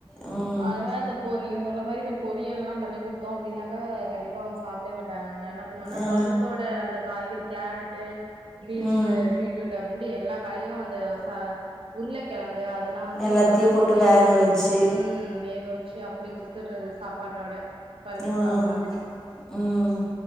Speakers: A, in the centre; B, on the right.
A: ம்
B: அது மாரி இந்த இப்போ நீங்க சொல்ற மாரி ந்த பொரியல்லா பண்ணி குடுத்தோ அப்டின்னாக்கா கண்டிப்பா அவங்க சாப்டே மாட்டாங்க நானா புனோனா
A: ஆ
B: பருப்போட அந்த காய்கறி கேரட்டு பீன்ஸ்சு
A: ம்
B: பீட்ரூட்டு அப்டின்ட்டு எல்லா காயு அந்த சா உருக்கெழங்கு அதுல்லா வந்து
A: எல்லாத்தையு
B: பருப்போடேயே
A: போட்டு வேக வச்சு
B: ம் வேக ஊரவச்சு அப்டி குடுத்துடுறது சாப்பாட்டோட பருப்பு
A: ம்
B: சாத மாதிரி
A: ம்